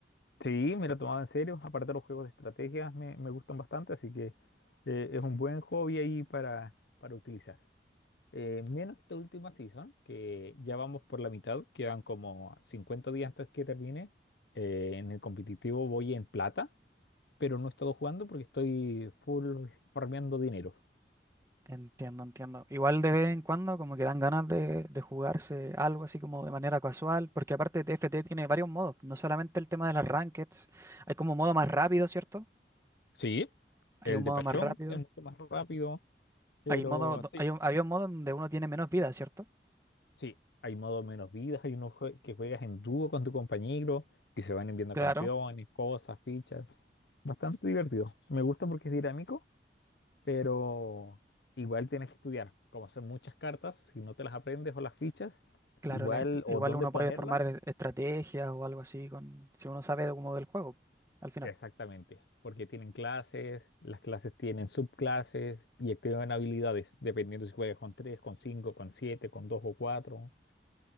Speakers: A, on the left; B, on the right.
A: Sí, me lo tomaba en serio, aparte los juegos de estrategias me, me gustan bastante, así que eh, es un buen hobby ahí para, para utilizar. eh, menos esta última season, que ya vamos por la mitad, quedan como 50 días antes que termine. Eh, en el competitivo voy en plata, pero no he estado jugando porque estoy full farmeando dinero.
B: Entiendo, entiendo. Igual de vez en cuando como que dan ganas de, de jugarse algo así como de manera casual, porque aparte TFT tiene varios modos, no solamente el tema de las rankeds, hay como un modo más rápido, ¿cierto?
A: Sí,
B: Hay
A: el
B: un modo
A: de Pachón
B: más rápido,
A: es mucho más rápido, pero
B: hay modo, do-
A: sí,
B: hay un, había un modo donde uno tiene menos vida, ¿cierto?
A: sí, hay modo menos vidas, hay unos jue- que juegas en dúo con tu compañero, que se van enviando
B: Claro,
A: campeones, cosas, fichas. Bastante divertido. Me gusta porque es dinámico pero igual tienes que estudiar. Como son muchas cartas, si no te las aprendes o las fichas,
B: claro,
A: igual,
B: la est- igual
A: o dónde
B: uno
A: ponerlas,
B: puede formar e- estrategias o algo así con, si uno sabe de cómo del juego, al final.
A: exactamente, porque tienen clases, las clases tienen subclases y activan habilidades, dependiendo si juegas con 3 con 5 con 7 con 2 o cuatro